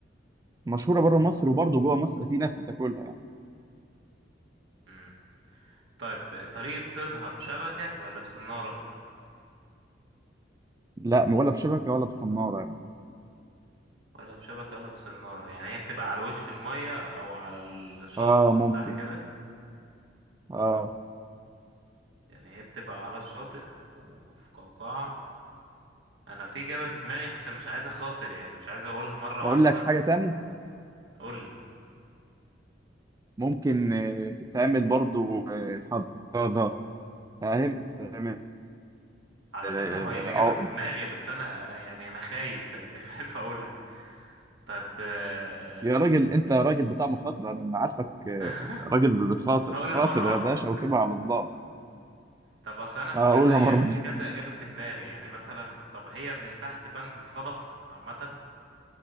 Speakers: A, on the right; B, on the right.
A: مشهورة بره مصر وبرضه جوه مصر في ناس بتاكلها يعني
B: مم. طيب طريقة صيدها بشبكة ولا بصنارة
A: لا ولا بشبكة ولا بصنارة يعني
B: ولا بشبكة ولا بسنارة يعني هي بتبقى على وش المية أو على الشاطئ
A: اه ممكن
B: صح كده
A: اه
B: يعني هي بتبقى على الشاطئ وفي قوقعة أنا في إجابة في دماغي بس مش عايز أخاطر يعني مش عايز أقولها مرة
A: اقول
B: واحدة
A: لك حاجة تاني
B: قول لي
A: ممكن آه، تتعمل برضو آه، حفاضة فاهم تتعمل
B: على
A: آه،
B: فكرة هو الإجابة
A: عقد
B: في دماغي بس أنا أنا يعني أنا خايف فاهمني <laughs> خايف أقولها طب آه،
A: يا راجل انت راجل بتاع مخاطرة انا ما عارفك آه،
B: آه،
A: راجل بتخاطر
B: <laughs> هقولها
A: خاطر
B: مرة
A: يا
B: واحدة
A: باشا وسيبها على الله
B: طب أصل أنا في
A: هقولها
B: كذا
A: مرة
B: يعني في
A: واحدة.
B: كذا إجابة في دماغي يعني مثلا طب هي من تحت بند الصدف عامة